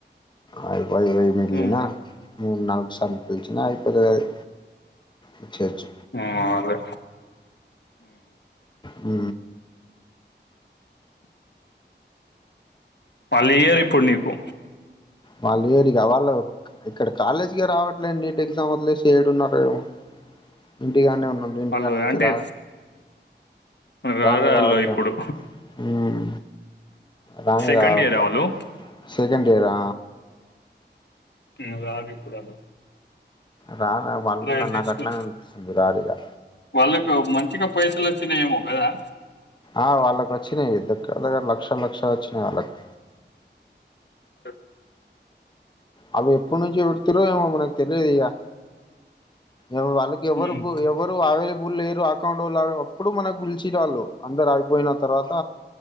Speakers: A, on the left; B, on the left.
A: ఆయిల్ వైవై మిగిలిన
B: ఉమ్,
A: మూడ్ నాలుగు సార్లు పిలిచినా అయిపోతదది వచ్చేచ్చు
B: హు మారే
A: ఊ
B: పల్లీయర్ ఇప్పుడు నీకు
A: మళ్ళెఏరి కావాల వర్క్ ఇక్కడ కాలేజీకె రావట్లే నీట్ ఎగ్జామ్ వదిలేసి ఏడు ఉన్నరో ఏమో ఇంటిగాడ్నే ఉన్ ముందు ఇంటికాడ్
B: వాళ్ళు
A: నుంచి
B: అంటే
A: రా
B: రారు
A: రానే
B: ఆళ్ళు
A: రావట్ల
B: ఇప్పుడు
A: హ్మ్ రానే
B: సెకండ్
A: రావట్ల
B: ఇయరా వాళ్ళు
A: సెకండ్ ఇయరా
B: నువ్ రావిప్పుడాళ్లు
A: రాలే వాళ్ళు
B: మైనేస్కో
A: కూడా నాకు అట్లానే అనిపిస్తుంది రారిగా
B: వాళ్ళకు మంచిగా పైస్ స లోచినయేమో గదా
A: ఆ వాళ్ళకి వచ్చినాయి దగ్గర దగ్గర లక్ష లక్ష వచ్చినాయి వాళ్ళకి
B: అ
A: అల్లు ఎప్పుడు నుంచి ఏడుతురో ఏమో మనకు తెలీదిగా ఎవ్ వాళ్ళకి ఎవరుకు
B: ఉమ్,
A: ఎవరు అవైల వూల్లేరు అకౌంట్ వోళ్ల అప్పుడు మనక్ పిలిచిరాల్లు అందరు అయిపోయిన తర్వాత